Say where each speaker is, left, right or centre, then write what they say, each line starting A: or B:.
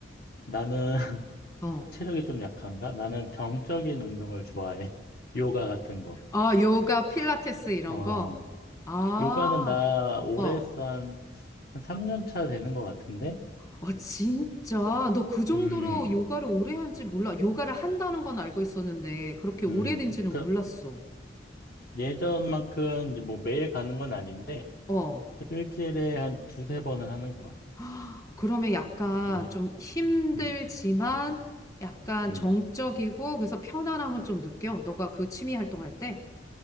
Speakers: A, on the left (about 55°); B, on the left (about 20°).
A: 나는 <laughs>
B: 어.
A: 체력이 좀 약한가? 나는 정적인 운동을 좋아해. <laughs> 요가 같은 거.
B: 아, 요가, 필라테스 이런
A: 어,
B: 거? 아,
A: 요가는 나 오래
B: 어.
A: 했어 한, 한 3년 차 되는 것 같은데?
B: 어, 진짜. 너 그 정도로
A: 음,
B: 요가를 오래 한지 몰라. 요가를 한다는 건 알고 있었는데, 그렇게 오래된지는
A: 음. 그,
B: 몰랐어.
A: 예전만큼 이제 뭐 매일 가는 건 아닌데,
B: 어.
A: 그래도 일주일에 한 두세 번은 하는 것 같아.
B: 헉, 그러면 약간
A: 이게,
B: 좀 힘들지만,
A: 음,
B: 약간
A: 음,
B: 정적이고, 그래서 편안함을 좀 느껴. 너가 그 취미 활동할 때?